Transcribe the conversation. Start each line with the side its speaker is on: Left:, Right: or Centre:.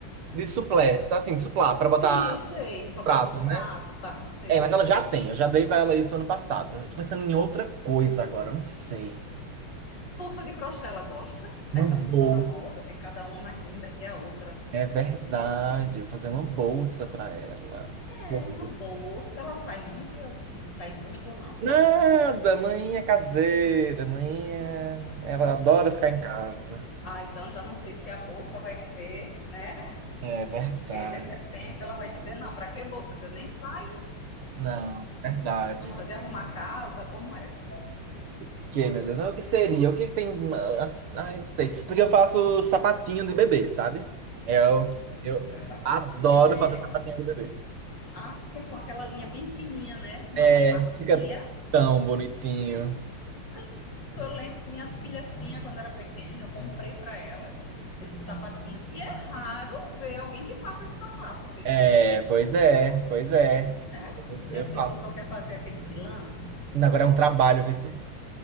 Right: De suplé, assim, suplá, pra botar
Left: Sim, eu sei, para
Right: pratos,
Left: botar os pratos,
Right: né?
Left: tá, sei.
Right: É, mas ela já tem. Eu já dei pra ela isso ano passado. Eu tô pensando em outra coisa agora, eu não sei.
Left: Bolsa de crochê, ela gosta? Essas
Right: Uma bolsa.
Left: que estão na moda, tem cada uma mais linda que a outra.
Right: É verdade. eu Vou fazer uma bolsa pra ela. Boa.
Left: É uma bolsa, ela sai muito, de sair muito ou não?
Right: Nada, mãe é caseira, mãe é... Ela adora ficar em casa.
Left: Ah, então já não sei se a bolsa vai ser, né?
Right: É verdade.
Left: Porque de repente ela vai dizer, não, para que bolsa? Que eu nem saio.
Right: Não, verdade.
Left: Ela gosta de arrumar a casa, como é?
Right: O Que, meu Deus, mas o que seria? O que tem. as- Ai, não sei. Porque eu faço sapatinho de bebê, sabe? Eu, eu
Left: Patinho
Right: adoro
Left: de bebê.
Right: fazer sapatinho de bebê.
Left: Ah, é com aquela linha bem fininha, né? Uma
Right: É,
Left: linha macia.
Right: fica tão bonitinho.
Left: É lindo. Eu lembro que minhas filhas tinham quando era pequena, eu comprei para elas esse sapatinho. E é raro ver alguém que faça esse sapato, viu?
Right: É, pois é, pois é.
Left: Né?
Right: Eu,
Left: Porque
Right: eu
Left: as pessoas
Right: faço.
Left: só querem fazer aquele de lã.
Right: Ainda Agora é um trabalho, vê se.